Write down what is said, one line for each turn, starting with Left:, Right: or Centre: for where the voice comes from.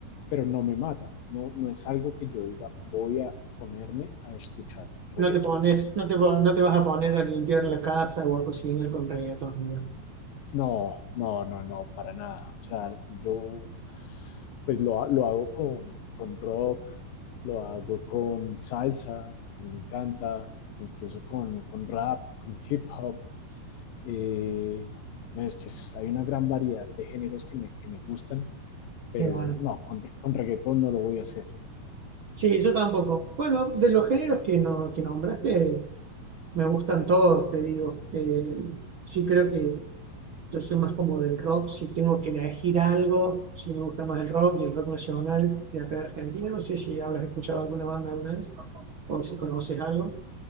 Left: pero no me mata, no, no es algo que yo diga voy a ponerme a escuchar reggaetón.
Right: No te pones, no te, po- no te vas a poner a limpiar la casa o a cocinar con reggaetón, mira.
Left: No, no, no, no, para nada. O sea, yo pues lo, lo hago con, con rock, lo hago con salsa, que me encanta, incluso con, con rap, con hip hop. Eh, no, es que es, hay una gran variedad de géneros que me, que me gustan, pero
Right: Qué bueno.
Left: no, con, con reggaetón no lo voy a hacer.
Right: Sí, yo tampoco. Bueno, de los géneros que, no, que nombraste, Me gustan todos, te digo. Eh, sí creo que yo soy más como del rock. Si tengo que elegir algo, sí me gusta más el rock y el rock nacional de acá de Argentina. No sé si habrás escuchado alguna banda alguna vez o si conoces algo.